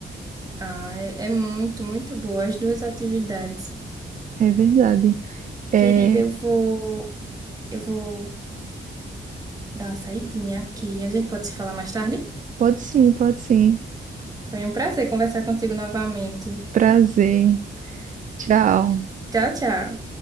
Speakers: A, on the right; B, on the right.
A: Ah, é, é muito, muito boa as duas atividades.
B: É verdade. É,
A: Querida, eu vou, eu vou dar uma saidinha aqui. A gente pode se falar mais tarde?
B: pode sim, pode sim.
A: Foi um prazer conversar contigo novamente.
B: Prazer. Tchau.
A: Tchau, tchau.